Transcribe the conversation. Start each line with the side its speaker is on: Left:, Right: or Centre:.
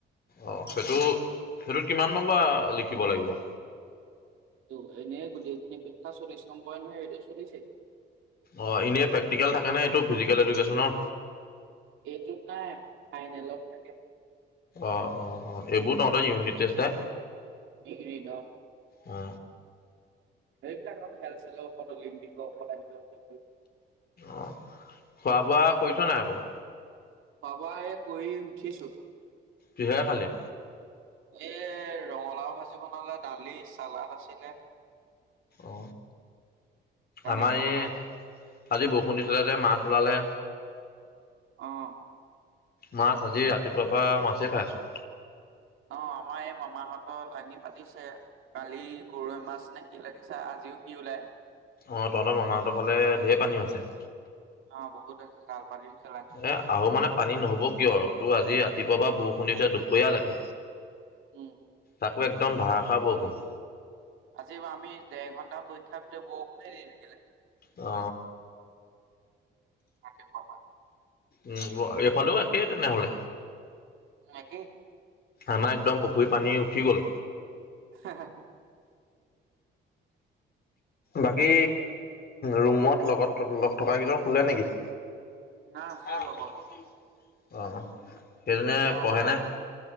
Left: অ সেইটো সেইটো কিমান নম্বৰ লিখিব লাগিব।
Right: ত' এনেই গোটেইখিনি পেখ্যা চল্লিছ নম্বয়ে নহয় এইটো চলিছে।
Left: অ এনেই প্ৰেক্টিকেল নে থাকে নে এইটো ফিজিকেল এডুকেশ্যনৰ।
Right: এইটোত নাই ফাইনেল' ত থাকে।
Left: অ অ অ এইবোৰ তহঁতৰ ইউনিটেষ্ট হে।
Right: ডিগ্ৰীত অ।
Left: অ।
Right: এইবিলাক খেল চেলৰ ওপৰত অলিম্পিকৰ ওপৰত আহিব।
Left: অ খোৱা বোৱা কৰিছ নাই আকৌ।
Right: খোৱা বোৱা এ কৰি উঠিছোঁ।
Left: কিহেৰে খালি।
Right: এই ৰঙালাও ভাজি বনালে দালি চালাড আছিলে।
Left: অ
Right: তেনেকে
Left: আমাৰ
Right: বনালে
Left: এই। আজি বৰষুণ দিছিলে যে মাছ ওলালে।
Right: অঁ
Left: মাছ আজি ৰাতিপুৱাৰ পৰা মাছেই খাই আছোঁ।
Right: অ আমাৰ এই মামাহঁতৰ লাঙি পাতিছে। কালি গৰৈ মাছ নে কি লাগিছে আজিও কি ওলাই।
Left: অঁ তহঁতৰ মামাহঁতৰ ফালে ঢেৰ পানী হৈছে।
Right: অহ বহুত আছিল চাল <unintelligible> চ
Left: এ আহো মানে পানী নহ'ব কিয় আৰু তোৰ আজি ৰাতিপুৱা বা বৰষুণ দিছে দুপৰীয়ালৈকে।
Right: উম
Left: তাকো একদম ধাৰাসাৰ বৰষুণ।
Right: আজি আমি দেৰ ঘণ্টামা পৰীক্ষাৰ ভিতৰত বৰষুণে দি থাকিলে।
Left: অ।
Right: বাকি খোৱা বোৱা।
Left: উম এইফালেও একেই তেনেহ'লে।
Right: মাকেই।
Left: আমাৰ একদম পুখুৰী পানী উঠি গ'ল।
Right: হা হ।
Left: বাকী ৰুমত লগত থকা কেইজন শুলে নেকি।
Right: না আছে
Left: নাই
Right: লগৰজন
Left: অ। সেই জনে
Right: তেওঁ
Left: পঢ়ে
Right: অলপ
Left: নে?
Right: অনলাইন